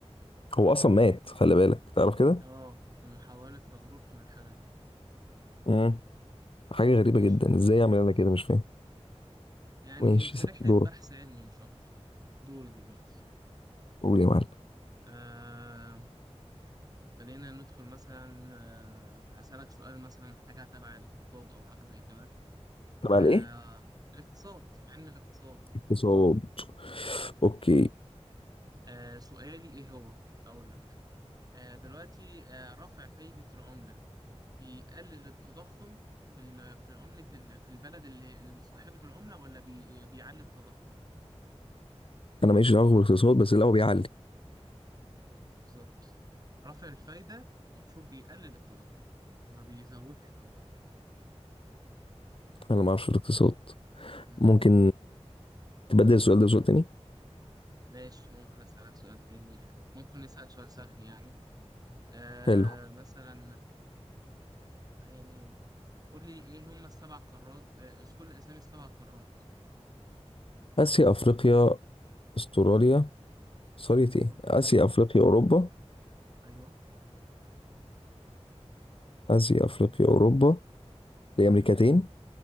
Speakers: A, on the left; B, on the right.
A: هو اصلا مات خلي بالك تعرف كده
B: اه في محاولة تجربته للحاجة دي
A: امم حاجه غريبه
B: ماشي
A: جدا ازاي يعمل انا كده مش فاهم
B: يعني
A: ماشي
B: في رحلة
A: دورك
B: بحث علمي مش أكتر دوري دلوقتي
A: قول يا معلم
B: آه خلينا ندخل مثلا آه هسألك سؤال مثلا حاجة تبع الاقتصاد أو حاجة زي كده
A: تبع
B: آه
A: الايه
B: الاقتصاد علم الاقتصاد
A: اقتصاد
B: اه
A: اوكي
B: آه، سؤالي إيه هو؟ أقول لك آه دلوقتي آه رفع فايدة العملة بيقلل التضخم في ال- في عملة ال- في البلد اللي اللي صاحبة العملة ولا بي- بيعلي التضخم
A: انا ماليش دعوه بالاقتصاد بس اللي هو بيعلي
B: بالظبط رفع الفايدة المفروض بيقلل التضخم ما بيزودش التضخم
A: انا ما اعرفش في الاقتصاد
B: مم.
A: ممكن تبدل السؤال ده بسؤال تاني
B: ماشي ممكن أسألك سؤال تاني يعني ممكن نسأل سؤال سهل يعني آه
A: حلو
B: مثلا آه، يعني قول لي إيه هم السبع قارات آه، اذكر لي أسامي السبع قارات
A: اسيا افريقيا استراليا سوري
B: أيوه
A: ايه اسيا افريقيا اوروبا
B: أيوه
A: اسيا افريقيا اوروبا دي امريكتين